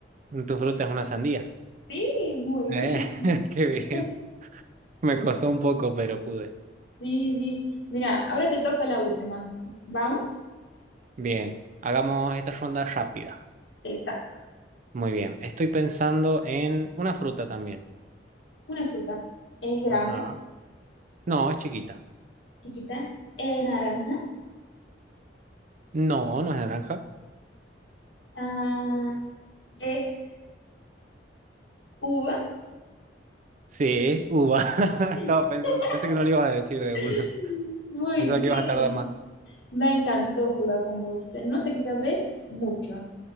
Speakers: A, on the right; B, on the left.
A: Tu fruta es una sandía.
B: sí, muy
A: Eh,
B: bien.
A: <laughs> Qué bien.
B: <laughs>
A: Me costó un poco, pero pude.
B: Sí, sí. Mira, ahora te toca la última. ¿Vamos?
A: Bien, hagamos esta ronda rápida.
B: Exacto.
A: Muy bien. Estoy pensando en una fruta también.
B: Una fruta. Es grande,
A: Ajá. No, es chiquita.
B: chiquita, es naranja,
A: No, no es naranja.
B: ah, es uva.
A: Sí, uva. <laughs> Estaba
B: <laughs>
A: pensando, pensé que no le ibas a decir de una.
B: <laughs> Muy
A: Pensaba
B: bien.
A: que ibas a tardar más.
B: Me encantó jugar con vos. Se nota que sabés mucho.